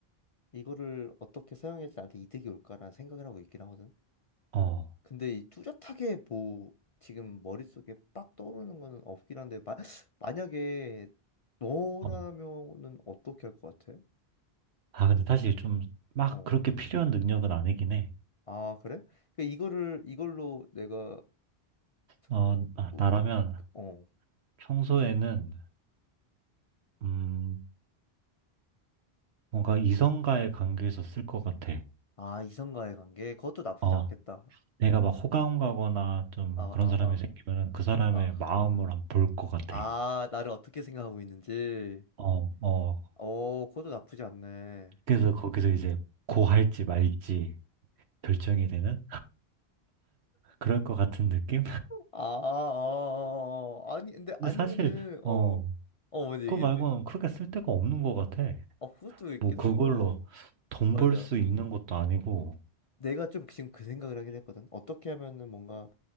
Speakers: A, on the left (about 45°); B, on the right (about 80°).
A: 이거를 어떻게 사용해야지 나한테 이득이 올까라는 생각을 하고 있긴 하거든.
B: 어,
A: 근데 이 뚜렷하게 뭐 지금 머릿속에 빡 떠오르는 거는 없긴 한데 마, <sucks teeth> 만약에 너라면은
B: 어.
A: 어떻게 할 것 같아?
B: 아, 근데 사실 좀 막
A: 어.
B: 그렇게 필요한 능력은 아니긴 해.
A: 아, 그래? 그 이거를 이걸로 내가
B: 어,
A: 뭐,
B: 아,
A: 뭐,
B: 나라면
A: 어.
B: 평소에는, 음, 뭔가 이성과의 관계에서 쓸 것 같아.
A: 아, 이성과의 관계 그것도 나쁘지
B: 어,
A: 않겠다.
B: 내가 막 호감 가거나 좀
A: 아,
B: 그런
A: 아,
B: 사람이
A: 아,
B: 생기면은 그 사람의
A: 아.
B: 마음을 한번 볼 것 같아.
A: 아, 나를 어떻게 생각하고 있는지.
B: 어, 어,
A: 어, 그것도 나쁘지 않네.
B: 그래서 거기서 이제 고할지
A: 어.
B: 말지 결정이 되는 그럴 것 같은 느낌? <laughs>
A: 아, 아, 아, 아, 아. 아니 근데
B: 근데
A: 아니면은
B: 사실,
A: 어.
B: 어,
A: 어, 먼저 얘기해.
B: 그거 말고는 크게 쓸 데가 없는 것 같아.
A: 아, 그것도 있기도
B: 뭐 그걸로
A: 하고,
B: 돈
A: 맞아.
B: 벌 수 있는 것도 아니고,
A: 내가 좀 지금 그 생각을 하긴 했거든. 어떻게 하면은 뭔가